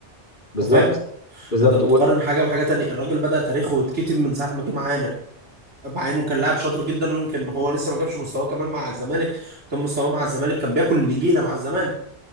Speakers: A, on the left; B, on the right.
A: بالظبط
B: انت فاهم
A: بالظبط
B: انت بتقارن
A: و...
B: حاجه بحاجه تانية الراجل بدأ تاريخه يتكتب من ساعه ما جه معانا مع انه كان لاعب شاطر جدا ويمكن هو لسه ما جابش مستواه كمان مع الزمالك كان مستواه مع الزمالك كان بياكل النجيله مع الزمالك